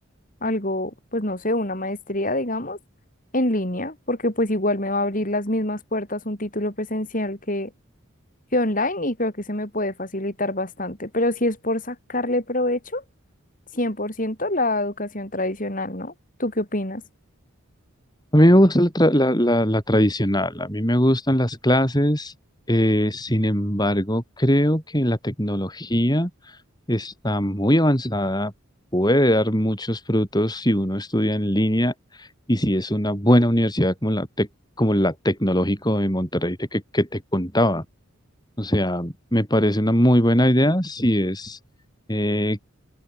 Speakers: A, on the left (about 40°); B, on the left (about 20°).
A: algo, pues no sé, una maestría, digamos, en línea, porque pues igual me va a abrir las mismas puertas un título presencial que, que online y creo que se me puede facilitar bastante. Pero si es por sacarle provecho, 100% la educación tradicional, ¿no? ¿Tú qué opinas?
B: A mí me gusta la, tra- la, la- la tradicional, a mí me gustan las clases, eh, sin embargo, creo que la tecnología está muy avanzada, puede dar muchos frutos si uno estudia en línea y si es una buena universidad como la, tec- como la Tecnológico de Monterrey de que que te contaba. O sea, me parece una muy buena idea si es eh,